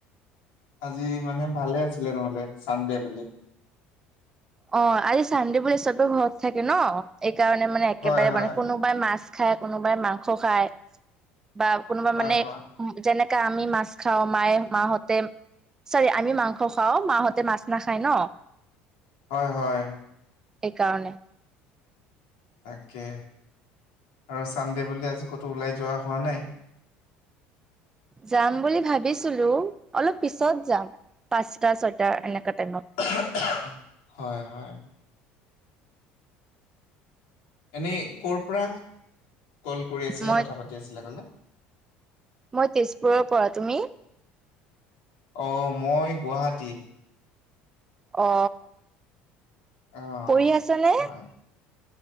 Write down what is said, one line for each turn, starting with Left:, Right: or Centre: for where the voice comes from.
Left: আজি মানে ভালে আছিলে নহ'লে। ছানডে বুলি।
Right: অ আজি চানডে বোলে চবে ঘৰত থাকে ন এইকাৰণে মানে একেবাৰে
Left: হয় হয়
Right: মানে কোনোবাই মাছ খাই কোনোবাই মাংস খায় বা কোনোবাই
Left: হয়
Right: মানে
Left: হয়
Right: উম যেনেকা আমি মাছ খাওঁ, মায়ে মাহতে চাৰি আমি মাংস খাওঁ, মাহঁতে মাছ নাখায় ন?
Left: হয় হয়।
Right: এ কাৰণে।
Left: তাকে আৰু ছানডে বুলি আজি ক'তো ওলাই যোৱা হোৱা নাই?
Right: যাম বুলি ভাবিছিলো অলপ পিছত যাম, পাঁচটা ছয়টা এনেকা টাইমত।
Left: <unintelligible> হয় হয়। এনেই কৰ পৰা কল কৰি আছিলে
Right: মই
Left: কথা পাতি আছিলা এফালে?
Right: মই তেজপুৰৰ পৰা। তুমি?
Left: অ মই গুৱাহাটী।
Right: অ,
Left: অ',
Right: পঢ়ি আছা নে?
Left: হয়।